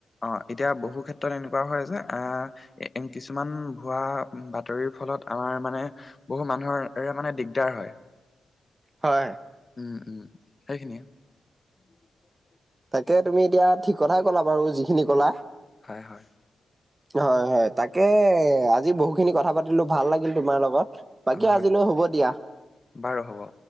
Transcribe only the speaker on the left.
অ, এতিয়া বহু ক্ষেত্ৰত এনেকুৱা হয় যে, আ এন কিছুমান ভোৱা বাতৰিৰ ফলত আমাৰ মানে, বহু মানুহৰে মানে দিগদাৰ হয়।
উম-উম। সেইখিনিয়ে <inaudible>
হয়, হয়।
অ, হয়
বাৰু হ'ব।